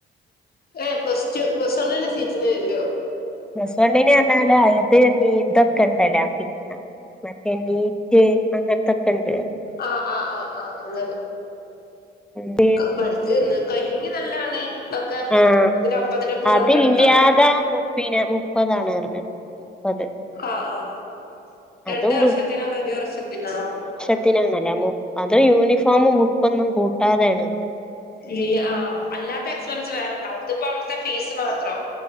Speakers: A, on the left (about 50°); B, in the centre.
A: ഏഹ് പ്ലസ് ടു പ്ലസ്വണ്ണിൻ്റെ സീറ്റിന് ലോ
B: പ്ലസ്വണ്ണിനറഞ്ഞാല് അയത് നീതൊക്കെ ഇണ്ടലോ പിന്ന മറ്റേ നീറ്റ് അങ്ങനത്തൊക്കെണ്ട്
A: ആഹ് ആഹ് ആഹ് ആഹ് അങ്ങനെ
B: ഡീ
A: ബ ട് ജ്കയ്യെങ്കി നല്ലാണ് അതൊക്കെ
B: ആഹ്
A: ഇ തിന് ഒപ്പത്തിനൊപ്പം കൊണ്ട്
B: അതില്ലാതെ
A: നടക്കാ
B: പിന്നെ മുപ്പതാണ് പറഞ്ഞത് മുപ്പത്
A: ആഹ് ആഹ് രണ്ട്
B: അതും
A: വർഷത്തിനോ അതൊ ഒരു വർഷത്തിനൊ
B: ത്തിനാലാണ് അതു യൂണിഫോമും ബുക്കൊന്നും കൂട്ടാതെയാണ്
A: ഇല്ല ആഹ് അല്ലാത്ത എക്സ്പെൻസ് വേറെണ്ടാവുംതിപ്പോ അവിടുത്തെ ഫീസ് മാത്രം